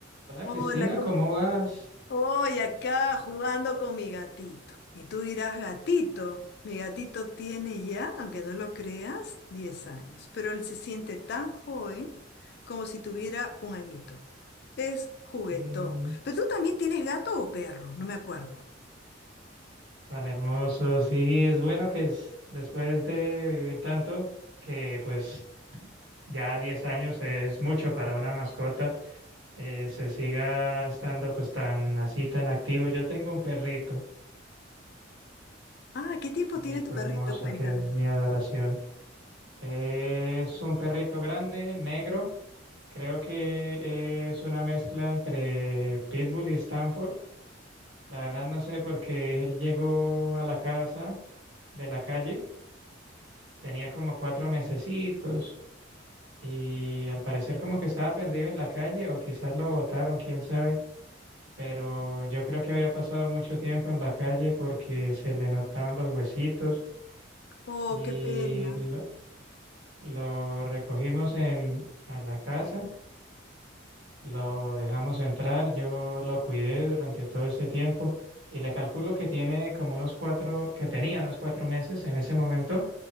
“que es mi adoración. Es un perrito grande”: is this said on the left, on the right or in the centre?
Right